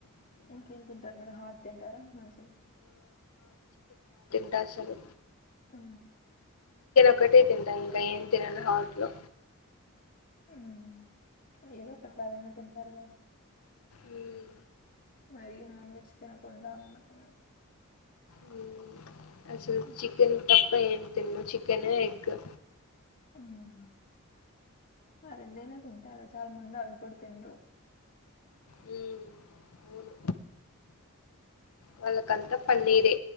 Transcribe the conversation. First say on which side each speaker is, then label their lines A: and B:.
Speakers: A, on the left; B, on the left.
A: ఇంకేం తింటారు మీరు హార్ట్ తింటారా మంచి
B: ట అస్సలు
A: ఆ
B: ఒకటే తింటా ఇంకా ఏన్ తినను హోట్లు
A: మ్మ్ ఏదో ఒకట్లాదైనా తింటారు కదా
B: మ్మ్.
A: మరి నాన్ వెజ్ తినకుండా ఉండకున్నా
B: మ్మ్ అసలు
A: హ్మ్.
B: చికెన్ టప్పు <unintelligible> ఏం తిన్ను చికెను ఎగ్గు
A: మ్మ్ ఆ రెండైన తింటారు చాలా మంది అవి కూడా తిండ్రు
B: మ్మ్ అవును వాళ్ళక అంతా పన్నీరే